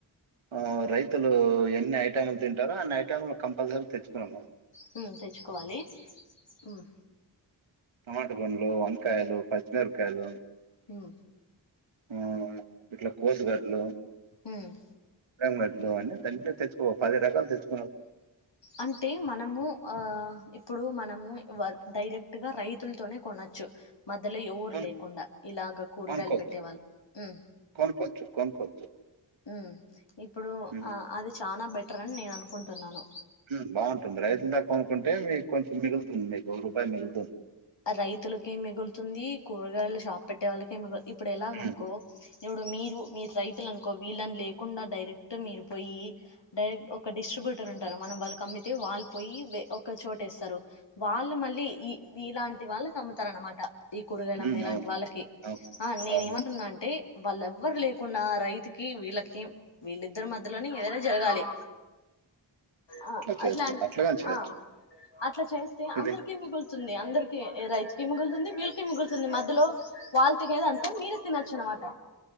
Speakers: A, on the right; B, on the left.
A: ఆ రైతులు ఎన్ని ఐటంలు తింటారో అన్ని ఐటంలు కంపల్సరీ తెచ్చుకోళ్ళ
B: హ్మ్ తెచ్చుకోవాలి హ్మ్
A: టమాట పండ్లు వంకాయలు పచ్చిమిరపకాయలు
B: హ్మ్
A: హ్మ్ ఇట్లా కోస్ గార్డ్లు
B: ఉమ్
A: తెల్లడ్లు అన్ని కలిపి తెచ్చుకో పది రకాలు తెచ్చు
B: అంటే మనము ఆ ఇప్పుడు మనము వ డైరెక్ట్ గా రై తుల్తోనే కొనచ్చు మధ్యలో ఎవురు
A: కొను
B: లేకుండా ఇలాగా కూరగాయలు
A: కొనుక్కోవచ్చు.
B: పెట్టేవాళ్ళు హ్మ్
A: కొనుక్కోవచ్చు. కొనుక్కోవచ్చు.
B: హ్మ్ ఇప్పుడు
A: హ్మ్.
B: ఆ అది చానా బె బెట్రన్ నేను అనుకుంటున్నాను
A: హ్మ్ బాగుంటుంది రైతుల దగ కొనుకుంటే మీకు కొంచెం మిగులుతుంది మీకు ఒక రూపాయి మిగులుతుంది
B: రైతులకేం మిగులుతుంది కూరగాయలు షాప్ పెట్టే వాళ్ళకే మిగు ఇప్పుడు ఎలాగనుకో
A: హ్మ్.
B: ఇప్పుడు మీరు మీరు రైతులు అనుకో వీళ్ళని లేకుండా డైరెక్ట్ మీరు పోయి డైరెక్ట్ ఒక డిస్ట్రిబ్యూటర్ ఉంటారు మనం వాళ్ళకి అమ్మితే వాళ్ళు పోయి వె ఒక చోటేస్తారు వాళ్ళు మళ్ళీ ఈ ఇలాంటి వాళ్ళకమ్ముతారన్నమాట ఈ కూరగాయలు
A: హ్మ్.
B: అమ్మే లాంటి
A: అవును.
B: వాళ్ళకి
A: అవును.
B: ఆ నేను
A: అవును.
B: ఎమంటున్నా అంటే వాళ్ళ ఎవ్వరు లేకుండా రైతుకి వీళ్ళకి వీళ్ళద్దరి మధ్యలోనే ఏదైనా జరగాలి ఆ
A: చేయొచ్చు.
B: అట్లా
A: అట్లగాని చేయొచ్చు.
B: ఆ అట్లా చేస్తే
A: ఇది
B: అందరికి మిగుల్ అందరికి రైతుకి మిగులుతుంది వీళ్ళకి మిగులుతుంది మధ్యలో వాళ్ళ తినేది అంతా మీరు తినొచ్చు అనమాట